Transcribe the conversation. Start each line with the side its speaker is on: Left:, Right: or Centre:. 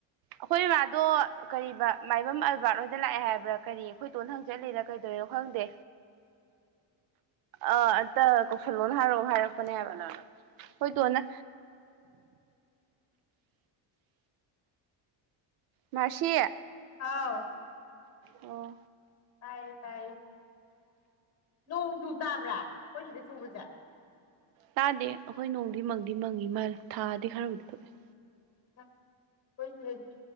Right: ꯑꯈꯣꯏ ꯏꯃꯥꯗꯣ ꯀꯔꯤꯕ ꯃꯥꯏꯕꯝ ꯑꯜꯕꯥꯔꯠ ꯍꯣꯏꯗ ꯂꯥꯛꯑꯦ ꯍꯥꯏꯕ ꯀꯔꯤ ꯑꯩꯈꯣꯏꯇꯣꯟꯅ ꯍꯪ ꯆꯠꯂꯤꯔ ꯀꯩꯗꯧꯔꯤꯅꯣ ꯈꯪꯗꯦ ꯑꯥ ꯑꯝꯇ ꯀꯧꯁꯜꯂꯣꯅ ꯍꯥꯏꯔꯣ ꯍꯥꯏꯔꯛꯄꯅꯦꯕ ꯀꯅꯥꯅ ꯑꯩꯈꯣꯏ ꯇꯣꯟꯅ ꯃꯥꯔꯁꯤ
Left: ꯍꯥꯎ
Right: ꯑꯣ
Left: ꯇꯥꯏꯌꯦ ꯇꯥꯏꯌꯦ ꯅꯣꯡꯖꯨ ꯇꯥꯕ꯭ꯔꯥ ꯑꯩꯈꯣꯏ ꯁꯤꯗ ꯆꯨꯕꯖꯦ
Right: ꯇꯥꯗꯦ ꯑꯩꯈꯣꯏ ꯅꯣꯡꯗꯤ ꯃꯪꯗꯤ ꯃꯪꯉꯤ ꯃꯥꯜꯂꯦ ꯊꯥꯗꯤ ꯈꯔꯕꯨꯗꯤ ꯊꯣꯛꯑꯦ
Left: ꯑꯩꯈꯣꯏ ꯁꯤꯗꯗꯤ